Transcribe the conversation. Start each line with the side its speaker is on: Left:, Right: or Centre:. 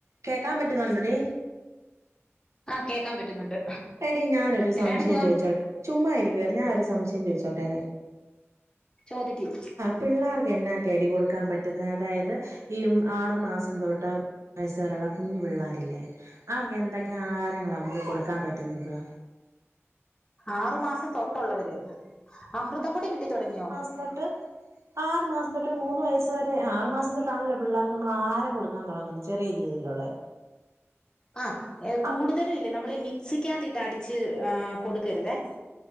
Right: കേക്കാം പറ്റുന്നുണ്ടോടി?
Left: ആഹ് കേക്കാൻ പറ്റുന്നുണ്ട്.
Right: എടീ ഞാനൊരു സംശയം
Left: എന്നാ എടുക്കുവാ
Right: ചോയ്ച്ചോ ചുമ്മാ ഇരിക്കുവ ഞാഒരു സംശയം ചോയ്ച്ചോട്ടെ?
Left: ചോദിക്കി.
Right: പിള്ളാർക്ക് എന്നാക്കെടി കൊടുക്കാ പറ്റുന്നെ അതായത് ഈ ആറ് മാസം തൊട്ട്. വയസേരെള്ള കുഞ്ഞു പിള്ളേരില്ലേ അവർക്കെന്തൊക്ക്യാ ആഹാരങ്ങളാ മക്ക് കൊടുക്കാൻ പറ്റുന്നത്.
Left: ആറു മാസം തൊട്ടുള്ളവര് അമൃതംപൊടി കിട്ടി തുടങ്യോ?
Right: ന്നട്ട്. ആറ് മാസം തൊട്ട് മൂന്ന് വയസ് വരെ ആഹ് ആറ് മാസം തെട്ടാണല്ലോ പിള്ളർക്ക് നമ്മൾ ആഹാരം കൊടു ൻ തുടങ്ങുന്നത് ചെറിയ രീതിയിലുള്ളേ.
Left: ആഹ് എ കൂടുതലും
Right: അപ്
Left: ഇല്ലെ നമ്മളീ മിക്സിക്കകത്തീട്ട് അടിച്ച് ആഹ് കൊട്ക്കരുതേ.